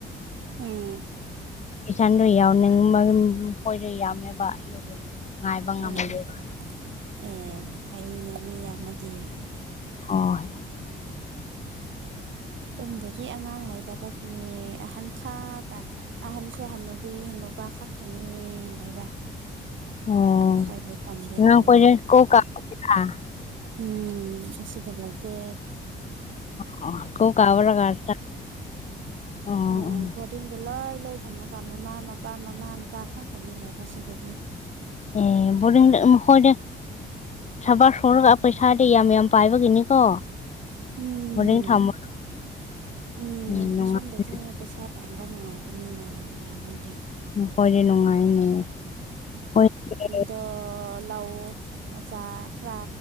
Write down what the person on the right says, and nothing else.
ꯑꯨꯝ
ꯑꯦ ꯑꯦ ꯐꯩꯅ ꯃꯤ ꯑꯃꯗꯤ
ꯁꯣꯝꯗꯗꯤ ꯑꯉꯥꯡ ꯂꯩꯇꯕꯒꯤ ꯑꯍꯟ ꯈꯥ ꯇ ꯑꯍꯟꯁꯨ ꯍꯜꯟꯅꯨꯕꯤ ꯍ ꯅꯨꯕꯥ ꯈꯛꯇꯅꯤ ꯂꯩꯕ
ꯑꯩꯈꯣꯏ ꯂꯩꯐꯝꯗꯗꯤ
ꯑꯨꯝ ꯑꯁꯤꯁꯗꯂꯥꯏꯇꯦ
ꯑꯨꯝ ꯕꯣꯔꯗꯤꯡꯗꯣ ꯂꯣꯏ ꯂꯣꯏ ꯊꯝꯃꯒ ꯃꯃꯥ ꯃꯄꯥ ꯃꯃꯥ ꯃꯄꯥ ꯈꯛꯇꯅꯤ ꯂꯩꯕ ꯁꯤꯗꯗꯤ
ꯑꯨꯝ
ꯑꯨꯝ
ꯁꯣꯝꯗꯗꯤ ꯑ ꯄꯩꯁꯥ ꯇꯥꯟꯕ ꯅꯨꯡꯉꯥꯏꯕꯅꯤꯅ ꯃꯣꯏꯗꯤ
ꯗꯣ ꯂꯧ ꯃꯆꯥ ꯈꯔ